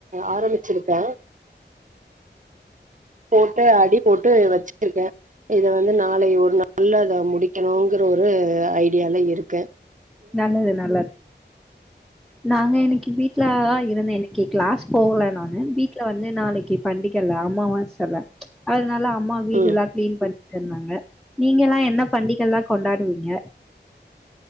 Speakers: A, on the right; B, in the centre.
A: ஆரமிச்சிருக்க போட்டு அடி போட்டு வச்சிருக்கே இத வந்து நா நாளை ஒரு நால்ல அத முடிக்கணுங்கிற ஒரு ஐடியால இருக்க
B: நல்லது நல்லது நாங்க இன்னிக்கி வீட்ல ஆ இர் இதன்ன எனுக்கே க்ளேஸ் போகல நானு விட் வந்து நாளக்கி பண்டிகல அமாவாசல துனால அம்மா வீடுல்லா
A: ம்
B: கிளீன் பண்ணி இருந்தாங்க நீங்கல்லா என்ன பண்டிகல்லா கொண்டாடுவீங்க